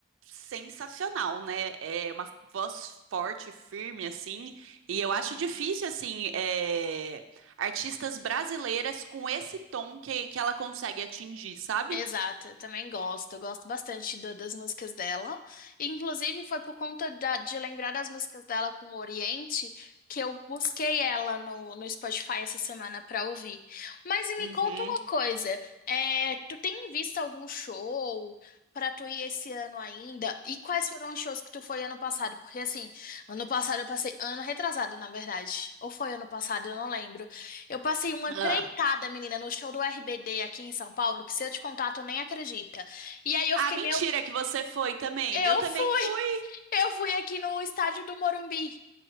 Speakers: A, on the right; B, on the left.
A: sensacional, né? É uma voz forte, firme, assim. E eu acho
B: Uhum.
A: difícil, assim, é, artistas brasileiras com esse tom que, que ela consegue atingir, sabe?
B: Exato, eu também gosto. Eu gosto bastante da- das músicas dela. E, Inclusive, foi por conta da- de lembrar das músicas dela com o Oriente que eu busquei ela no, no Spotify essa semana pra ouvir. Mas e
A: Uhum.
B: me conta uma coisa: é, tu tem visto algum show pra tu ir esse ano ainda? E quais foram os shows que tu foi ano passado? Porque, assim, ano passado eu passei. Ano retrasado, na verdade. Ou foi ano passado, eu não lembro. Eu passei uma
A: Ah.
B: empreitada, menina, no show do RBD aqui em São Paulo, que se eu te contar, tu nem acredita. E aí eu
A: Ah,
B: fiquei,
A: mentira
B: meu,
A: que você foi também.
B: eu
A: Eu também
B: fui!
A: fui.
B: Eu fui aqui no estádio do Morumbi.